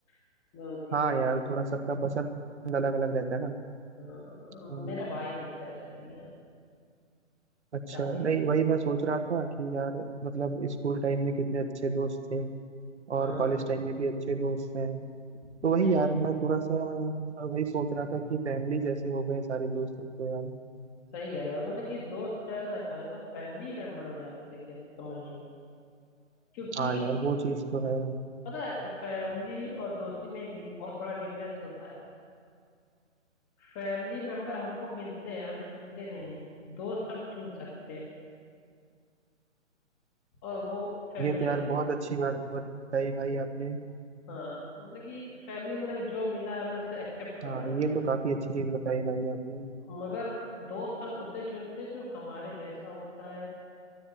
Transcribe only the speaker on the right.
हाँ
यार थोड़ा सबका पसंद अलग अलग रहता है ना
हाँ,
अच्छा
नहीं
वही मैं सोच रहा था कि यार मतलब स्कूल टाइम में कितने अच्छे दोस्त थे
और
कॉलेज टाइम में भी अच्छे दोस्त हैं
तो वही
यार मैं थोड़ा सा अ, वही सोच रहा था कि फैमिली जैसे हो गए सारे दोस्त अब तो यार
हाँ यार वो चीज़ तो है
ये तो
यार
बहुत अच्छी बात बताई भाई आपने
हाँ
ये तो काफी अच्छी चीज बताई भाई आपने